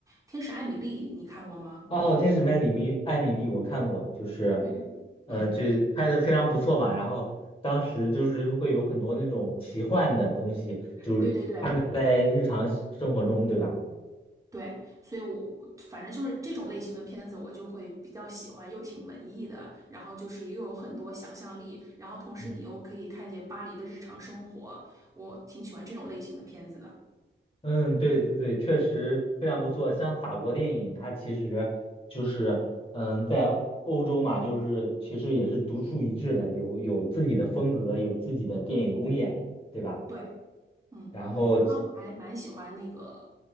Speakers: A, on the right; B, on the left.
A: 《天使艾米丽》，你看过吗？
B: 哦，《天使曼里密艾米丽》我看过，就是，
A: 对对，
B: 呃，
A: 嗯，
B: 这拍的非常不错嘛。然后当时就是会有很多那种奇幻的东西，就是
A: 对对对，
B: 在日常生活中，对吧？
A: 对，所以我我反正就是这种类型的片子，我就会比较喜欢，又挺文艺的，然后就是又有很多想象力，然后同时你又可以看见巴黎的日常生活，
B: 嗯。
A: 我挺喜欢这种类型的片子的。
B: 嗯，对对对，确实非常不错。像法国电影，它其实就是，嗯，在欧洲嘛，就是其实也是独树一帜的，有有自己的风格，有自己的电影工业，对吧？
A: 对，嗯，
B: 然后，
A: 然后我还蛮喜欢那个，